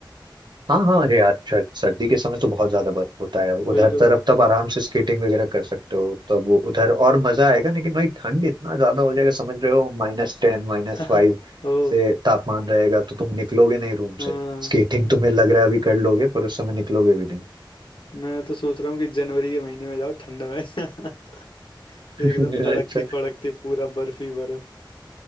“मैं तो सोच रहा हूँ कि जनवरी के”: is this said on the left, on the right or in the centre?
Left